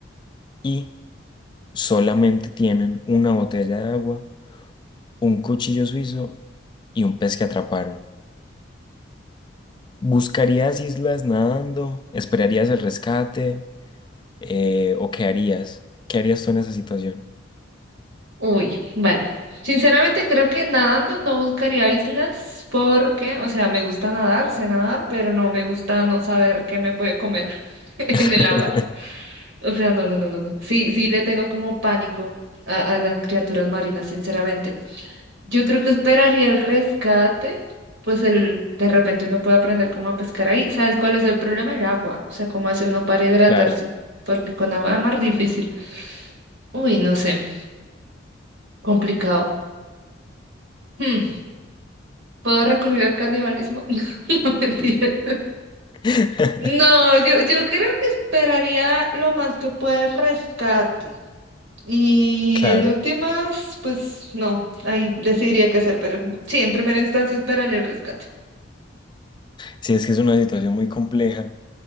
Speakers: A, on the left (about 25°); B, on the right (about 70°).
A: y solamente tienen una botella de agua, un cuchillo suizo y un pez que atraparon. ¿Buscarías islas nadando? ¿Esperarías el rescate? Eh, ¿o qué harías? ¿Qué harías tú en esa situación?
B: Uy, bueno, sinceramente creo que nadando no buscaría islas porque, o sea, me gusta nadar, sé nadar, pero no me gusta no saber qué me puede comer <laughs> en
A: <laughs>
B: el agua. O sea, no, no, no, no, no. Sí, sí le tengo como pánico a, a las criaturas marinas, sinceramente. Yo creo que esperaría el rescate, pues el, de repente uno puede aprender cómo a pescar ahí. ¿Sabes cuál es el problema? El agua, o sea, cómo hace uno para hidratarse,
A: Claro.
B: porque con agua más difícil. Uy, no sé, complicado. Hmm. ¿Puedo recurrir al canibalismo? <laughs> No, no, mentira.
A: <laughs>
B: No, yo, yo creo que esperaría lo más que pueda el rescate. Y
A: Claro.
B: en últimas, pues no, ahí decidiría qué hacer, pero sí, en primera instancia esperaría el rescate.
A: Sí, es que es una situación muy compleja.